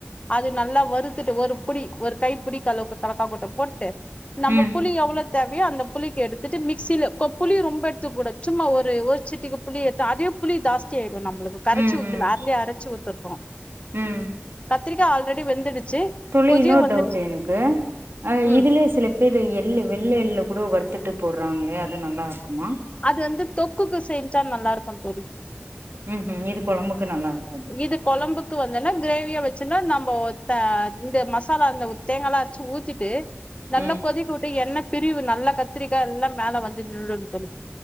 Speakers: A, on the left; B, on the right.
A: அது நல்லா வருத்துட்டு ஒரு புடி ஒரு கை புடிக்களவுக்கு கள்ளக்கா கொட்ட போட்டு நம்ம
B: ம்
A: புளி எவ்ளொ தேவயோ அந்த புளிக்கு எடுத்துட்டு மிக்சில கொ புளி ரொம்ப எடுத்துக் கூடாது சும்மா ஒரு ஒரு சிட்டிக புளி எடுத்த அதுவே புளி சாஸ்தி ச்சியாடு நம்பளுக்கு கரச்சி
B: ம்
A: ஊத்துல
B: ம்
A: அருலயே அரச்சு ஊத்துப்போ
B: ம்
A: கத்திரிக்கா ஆல்ரெடி வெந்துடுச்சு
B: தோழி இன்னொரு
A: வந்துடுச்சு
B: டவுட்டு எனக்கு அ
A: ம்
B: இதுலயே சிலப் பேரு எள்ளு வெள்ள எள்ளு கூட வறுத்துட்டு போடுறாங்க அது நல்லா இருக்குமா
A: அது வந்து தொக்குக்கு செஞ்சா நல்லா இருக்கு தோழி
B: ம் ம் இது கொழம்புக்கு நல்லாருக்கது
A: இது கொழம்புக்கு வந்தன்னா கிரேவியா வச்சுன்னா நம்போ த இந்த மசாலா அந்த தேங்கால்லா அரைச்சு ஊத்திட்டு நல்லா
B: ம்
A: கொதிக்க விட்டு எண்ணத் பிரிவு நல்ல கத்திரிக்காய் எல்லா மேல வந்து நின்டு தோழி